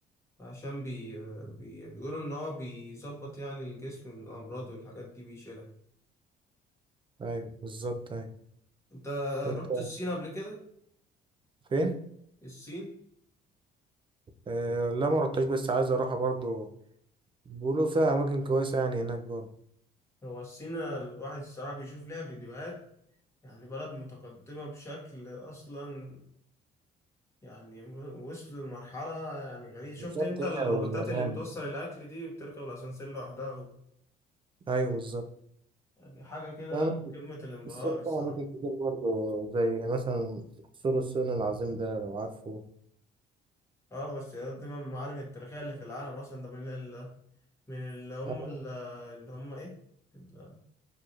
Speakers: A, on the left; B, on the right.
A: عشان بي... آه، بي... بيقولوا إن هو بيظبط يعني الجسم من الأمراض والحاجات دي بيشيلها
B: ايوه بالظبط ايوه
A: أنت
B: وانت
A: رحت الصين قبل كده؟
B: فين
A: الصين
B: آه لا ما رحتش بس عايز اروحها برضه بيقولوا فيها اماكن كويسه يعني هناك برضه
A: هو الصين الواحد الصراحة بيشوف ليها فيديوهات يعني بلد متقدمة بشكل أصلا يعني وصلوا لمرحلة يعني غريبة شفت
B: بالظبط
A: أنت
B: هي
A: الروبوتات
B: واليابان
A: اللي بتوصل الأكل دي وبتركب الأسانسير لوحدها و-
B: ايوه بالظبط
A: يعني حاجة كده
B: في اماكن
A: في قمة الانبهار
B: الصين
A: الصراحة
B: فيها اماكن كتير برضه زي مثلا سور الصين العظيم ده لو عارفه
A: اه بس دي من المعالم التاريخية اللي في العالم أصلا ده من ال من اللي هم
B: ايوه
A: ال- اللي هم إيه؟ ال-